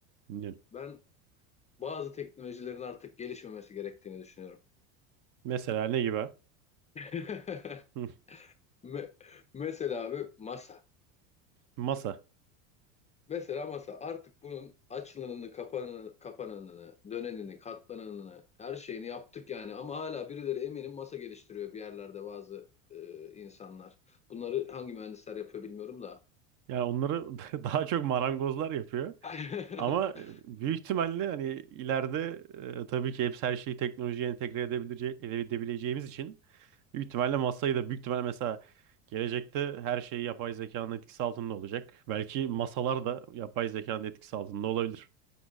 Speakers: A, on the right; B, on the left.
A: Dinliyorum.
B: Ben bazı teknolojilerin artık gelişmemesi gerektiğini düşünüyorum.
A: Mesela ne gibi?
B: <laughs>
A: Hı,
B: Me- mesela abi masa.
A: Masa.
B: Mesela masa artık bunun açılanını, kapanını, kapananını, dönenini, katlananını, her şeyini yaptık yani. Ama hala birileri eminim masa geliştiriyor bir yerlerde bazı e, insanlar. Bunları hangi mühendisler yapıyor bilmiyorum da.
A: Yani onları <laughs> daha çok marangozlar yapıyor.
B: <laughs>
A: Ama e, büyük ihtimalle hani ileride e, tabii ki hepsi her şeyi teknolojiye entegre edebilece- edebileceğimiz için büyük ihtimalle masayı da büyük ihtimalle mesela gelecekte her şey yapay zekanın etkisi altında olacak. Belki masalar da yapay zekanın etkisi altında olabilir.